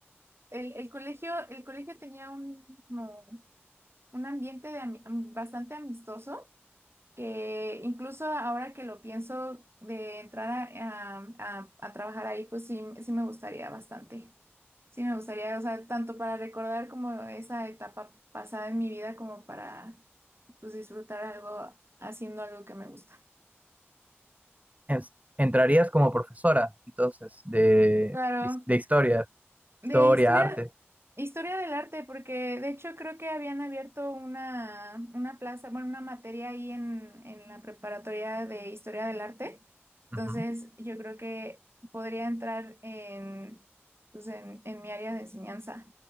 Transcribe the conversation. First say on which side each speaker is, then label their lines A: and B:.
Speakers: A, on the right (about 65°); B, on the right (about 35°).
A: el, el colegio, el colegio tenía un, como un ambiente de ami- am- bastante amistoso, que incluso ahora que lo pienso de entrar a, a- a- a trabajar ahí, pues sí, sí me gustaría bastante. Sí me gustaría, o sea, tanto para recordar como esa etapa pasada en mi vida, como para pues disfrutar algo haciendo algo que me gusta.
B: En- entrarías como profesora, entonces, de,
A: Claro.
B: his- de historia,
A: De
B: historia,
A: historia,
B: arte.
A: historia del arte, porque de hecho creo que habían abierto una, una plaza, bueno, una materia ahí en, en la preparatoria de historia del arte.
B: Ujú,
A: Entonces, yo creo que podría entrar en, pues, en, en mi área de enseñanza.